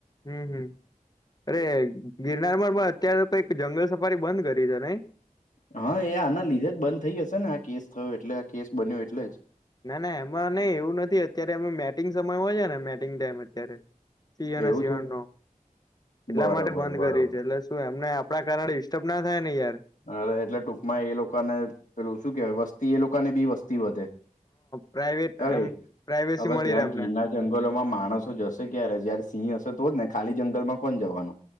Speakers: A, on the left; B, on the left.
A: હમ હમ અરે ગિરનારમાં પણ અત્યારે કઈક જંગલ સફારી બંધ કરી છે નઈ.
B: હા એ આના લીધે જ બંધ થઈ જશે ને આ કેસ થયો એટલે આ કેસ બન્યો એટલેજ.
A: ના ના એમાં નહી એવું નથી અત્યારે એ મેટિંગ સમય હોય છે ને મેટિંગ ટાઈમ અત્યારે. સી
B: જ
A: એના
B: એવું
A: સીવાનો.
B: છે
A: એટલા
B: બરોબર
A: માટે બંધ
B: બરોબર
A: કરીએ છીએ એટલે શું એમને આપણા કારણે ડિસ્ટર્બ ના થાય ને યાર.
B: અરે એટલે ટૂંકમાં એ લોકોને પેલું શું કેહેવાય વસ્તી એ લોકો ની બી વસ્તી વધે.
A: પ્રાાઈવેટ
B: અરે
A: એમ પ્રાાઈવેસી
B: હવે
A: મળી
B: ત્યાં
A: રહેે અમને.
B: ગીરના જંગલોમાં માણસો જશે ક્યારે જયારે સિંહ હશે તો જ ને ખાલી જંગલમાં કોણ જવાનું.